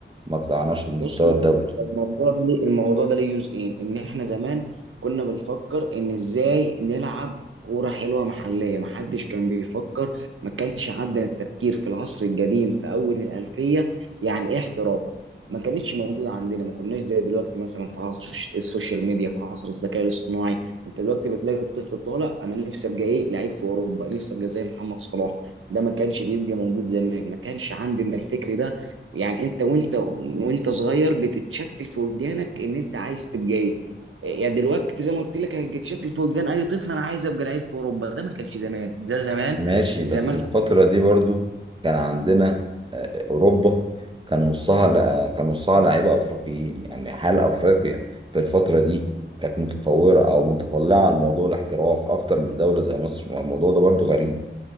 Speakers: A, on the right; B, on the right.
A: ما طلعناش للمستوى
B: بص الم-
A: الدولي
B: الموضوع ده ليه الموضوع ده ليه جزئين ان احنا زمان كنا بنفكر ان ازاي نلعب كوره حلوه محليه ما حدش كان بيفكر ما كانش عندنا التفكير في العصر القديم في اول الالفيه يعني ايه احتراف ما كانتش موجوده عندنا ما كناش زي دلوقتي مثلا في عصر الش- السوشيال ميديا في عصر الذكاء الاصطناعي انت دلوقتي بتلاقي الطفل طالع انا نفسي ابقى ايه لعيب في اوروبا نفسي ابقى زي محمد صلاح ده ما كانش بيبقى موجود زمان ما كانش عندنا الفكر ده يعني انت وانت وانت صغير بتتشكل في وجدانك ان انت عايز تبقى ايه يعني دلوقتي زي ما قلت لك هيتشكل في وجدان اي طفل انا عايز ابقى لعيب في اوروبا ده ما كانش زمان زي زمان
A: ماشي بس
B: زمان
A: الفترة
B: كنت-
A: دي برضو كان عندنا آه، أوروبا كان نصها لأ كان نصها لعيبة أفريقيين يعني هل أفريقيا في الفترة دي كانت متطورة أو متطلعة لموضوع الاحتراف أكتر من دولة زي مصر ما الموضوع ده برضو غريب